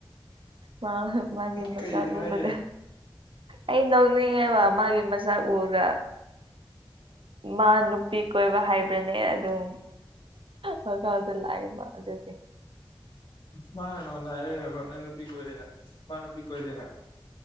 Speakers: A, on the right (about 85°); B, on the left (about 65°).
A: ꯃꯥ ꯃꯥꯒꯤ ꯃꯆꯥꯛ
B: ꯀꯩꯒꯤꯅꯣ
A: ꯎꯕꯗ
B: ꯍꯥꯏꯁꯦ
A: ꯑꯩ ꯅꯣꯛꯅꯤꯡꯉꯦꯕ ꯃꯥꯒꯤ ꯃꯁꯛ ꯎꯕꯗ ꯃꯥ ꯅꯨꯄꯤ ꯀꯣꯏꯕ ꯍꯥꯏꯕ꯭ꯔꯅꯦ ꯑꯗꯨꯝ ꯍ ꯀꯥꯎꯗ ꯂꯑꯕ ꯑꯗꯨꯗꯒꯤ
B: ꯃꯥ ꯉꯅ ꯍꯥꯏꯔꯦꯔꯔꯕ ꯅꯪ ꯅꯨꯄꯤ ꯀ ꯑꯣꯏꯣꯏꯗꯅ ꯃꯥ ꯅꯨꯄꯤ ꯀ ꯑꯣꯏꯗꯅ